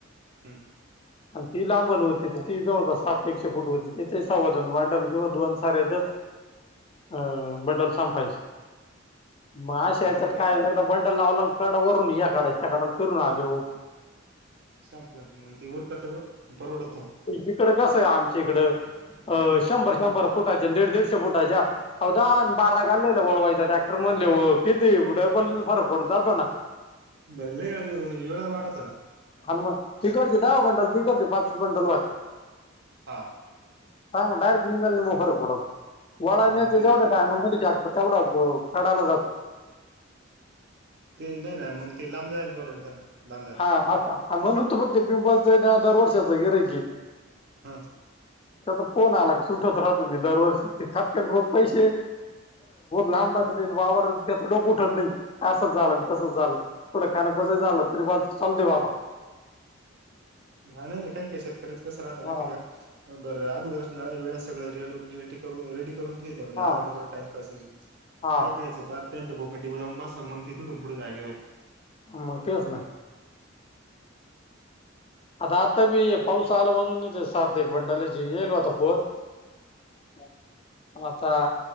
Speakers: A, on the right (about 55°); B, on the left (about 30°).
A: हम्म
B: आणि ती लांबण होती तर ती जवळपास सात एकशे फूट होती त्याच सव्वादोन भांडल किंवा दोन साऱ्या
A: <unintelligible>
B: अ बंडल संपायचं मग अशा याच्यात
A: नाही ते
B: काय एकदा बंडल लावला कड वरून या काडा त्या काडला फिरून आल्यावर
A: संपलं का मग ते उरकत ब्वा परवडत.
B: इकड कसं आहे आमच्या इकडं अं
A: हम्म
B: शंभर शंभर फुटाच्या दीड दीडशे फुटाच्या आओ दहा बारा गल्ल्यांना वळवायचा ट्रॅक्टर म्हणाल्यावर किती डबल फरक पडून जातो ना.
A: बर म्हणजे वेळा वाढतु ना
B: आलो मग तिकडचे दहा बंडल, इकडचे पाचच बंडल होत्या.
A: हां.
B: सांग डायरेक्ट निम्याला निमा फरक पडतो वळायला न्यायचा
A: मग ते
B: जेवढ्या टाइम मध्ये ट्रॅक्ट तेवढा कडाला जातो.
A: ते नाहीना मग ते लांब जाईल परवडत
B: हा म्हणून तर म्हणतोय पिंपळासच ना दर वर्षाचा गिराईक ये.
A: हा..
B: त्याचा फोनआला का सुटत राहतो मी दरवर्षी खपक्यात रोख पैसे लांब आहे ते वावर त्याचं डोकं उठत नाही असच झाल, तसच झालं कुड कानकुज झालं तरी बस चालुदे बाबा.
A: घाणा नाही काय ते शेतकऱ्याच कसं राहत माहिती
B: हा
A: आहे का बरं अगोदरच नागर, विडा सगळं रेड रेडी करून ठेवीते म्हणजे
B: हा
A: आलं का बर टाइमपास नाही
B: हा
A: काय कायचं पार त्यांच्या बोकांडी जाऊन बसा मग ते तिथून पुढ जागेवर येता.
B: मा तेच ना. आता आता बी पाऊस आला म्हणून सात एक बंडलाचे येल होता फोन. हो <unintelligible> आता